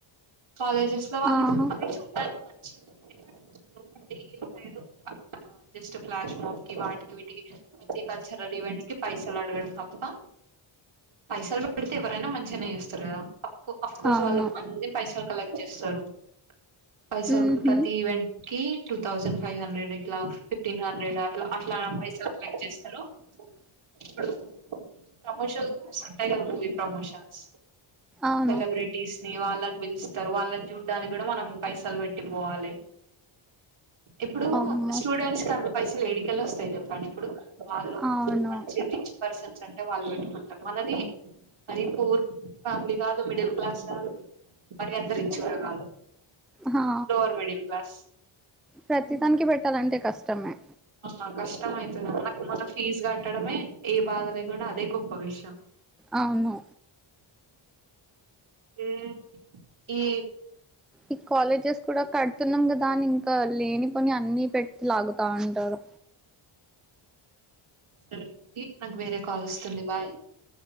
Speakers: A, on the right; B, in the centre.
A: కాలజెస్ లో వాళ్ళు
B: ఆహా
A: అవి చూడ్డానికి <unintelligible> లోపట ఏం లేదు ఆ జస్ట్ ఫ్లాష్ మాఫ్ కి వాటికి వీటికి ప్రతి కల్చరల్ ఈవెంట్ కి పైసలు అడగడం తప్ప పైసలు పెడితే ఎవరైనా మంచిగానే చేస్తారు కద అఫ్ కోర్స్
B: అవును
A: వాళ్ళు అ పైసలు కలెక్ట్ చేస్తారు పైస
B: ఉహు
A: ప్రతి ఈవెంట్ కి టూ థౌసండ్ ఫైవ్ హండ్రెడ్ ఇట్లా ఫిఫ్టీన్ హండ్రెడ్ అట్లా అట్లా పైసలుకు చేస్తారు ఇప్పుడు ప్రమోషన్స్ మస్త్ ఉంటాయి కాద మూవి ప్రమోషన్స్
B: అవును
A: సెలబ్రిటీస్ వాళ్ళని పిలుస్తారు వాళ్ళని చూడ్డానికి కూడా మనం పైసలు పెట్టిపోవాలి. ఇప్పుడు
B: అమ్మో
A: స్టూడెంట్స్ కి అన్ని పైసలు ఏడికెల్లి వస్తాయి చెప్పండి. ఇప్పుడు వాళ్ళు
B: అవును
A: మంచిగా రిచ్ పర్సన్స్ అంటే వాళ్ళు పెట్టుకుంటారు. మనది మరి పూర్ ఫ్యామిలీ కాదు మిడిల్ క్లాస్ కాదు మరి అందరి ఇచ్చి కూడా కాదు
B: హా
A: లోవర్ మిడిల్ క్లాస్
B: ప్రతిదానికి పెట్టాలంటే కష్టమే
A: ఆ కష్టం అయి తది మనకు మన ఫీజు కట్టడమే ఏ బాధ లేకుండా అదే గొప్ప విషయం
B: అవును
A: ఏ ఈ
B: ఈ కాలేజెస్ కూడా కడుతున్నాం కదా అని ఇంకా గా లేనిపోని అన్ని పెట్టి లాగుతా ఉంటారు
A: సరే అండి నాకు వేరే కాల్ వస్తుంది బాయ్